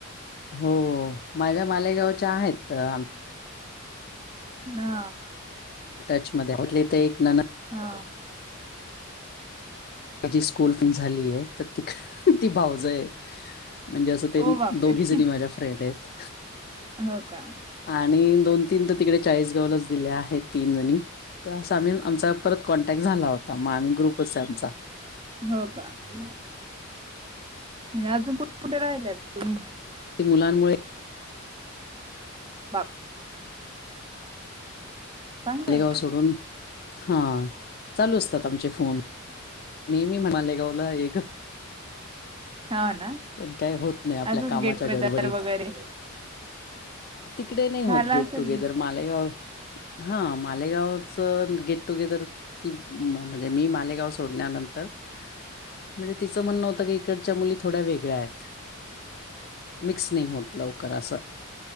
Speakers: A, on the left (about 45°); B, on the right (about 25°).
A: हो माझ्या मालेगावच्या आहेत आ
B: हा
A: टच मध्ये आहोत, त्यातली एक नणंद
B: हा
A: माझी स्कूल झालीय, तर त ती भावजय आहे म्हणजे असं ते
B: ओ बापरे
A: दोघी जणी माझ्या फ्रेंड आहेत.
B: हो का
A: आणि दोन - तीन तर तिकडे चाळीसगावलाच दिले आहेत तीन जणी. त अस आम्ही आमचा परत कॉन्टॅक्ट झाला होता, मग आम्ही ग्रुपच आहे आमचा.
B: हो का म्हणजे अजून कुठ कुठे राहिलायत तुम्ही?
A: ते मुलांमुळे
B: बाप चांगलंय
A: मालेगाव सोडून, हा चालू असतात आमचे फोन नेहमी मालेगावला ये गं
B: हा ना
A: पण काही होत नाही आपल्या
B: असंच
A: कामाच्या
B: गेट टुगेदर
A: गडबडीत.
B: वगैरे
A: तिकडे नाही होत
B: झाला
A: गेट
B: असेल
A: टुगेदर
B: तुम
A: मालेगाव हा मालेगावच गेट - टुगेदर ती म्हणजे, मी मालेगाव सोडण्यानंतर. म्हणजे तिचं म्हणणं होतं की, इकडच्या मुली थोड्या वेगळ्या आहेत. मिक्स नाही होत लवकर असं.